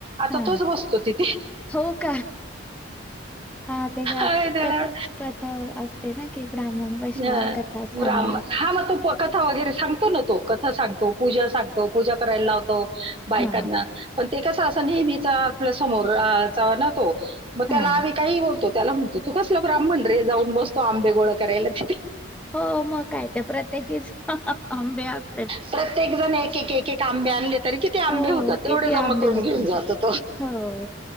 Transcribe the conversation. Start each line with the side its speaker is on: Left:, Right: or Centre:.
Right: आता
Centre: हा
Right: तोच बसतो तिथे.
Centre: हो का हा ते ग
Right: आम्ही त्याला
Centre: कस क तर असतेना की ब्राह्मण. बसणार
Right: <unintelligible>
Centre: कथा
Right: ब्राह्मण
Centre: सांगणार
Right: हा मग तो प कथा वगैरे सांगतो ना तो, कथा सांगतो, पूजा सांगतो पूजा करायला लावतो. बायकांना
Centre: हा
Right: पण ते कस असं नेहमीचा आपल्या समोर आ चा ना तो मग त्याला
Centre: हा
Right: आम्ही काही बोलतो, त्याला म्हणतो तू कसलं ब्राह्मण रे जाऊन बसतो आंबे गोळ करायला तिथे.
Centre: हो म काय ते प्रत्येकीच आंबे अस
Right: प्रत्येक जण एक एक एक आंबे आणलेत तरी किती आंबे
Centre: हो
Right: होतात तेवढे
Centre: किती
Right: जमा
Centre: आंबे
Right: करून
Centre: होतात
Right: घेऊन जातो तो
Centre: हो